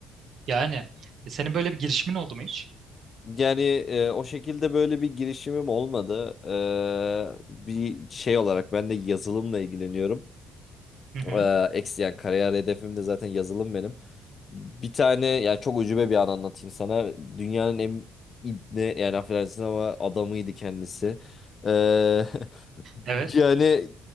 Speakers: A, on the right (about 60°); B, on the left (about 45°).
A: Yani e, senin böyle bir girişimin oldu mu hiç?
B: Yani e, o şekilde böyle bir girişimim olmadı. Ee, bir şey olarak ben de yazılımla ilgileniyorum.
A: Hı hı.
B: Ee, eksi yani kariyer hedefim de zaten yazılım benim. Bir tane yani çok ucube bir an anlatayım sana. Dünyanın en ibne yani affedersin ama adamıydı kendisi. Ee, <laughs>
A: Evet.
B: yani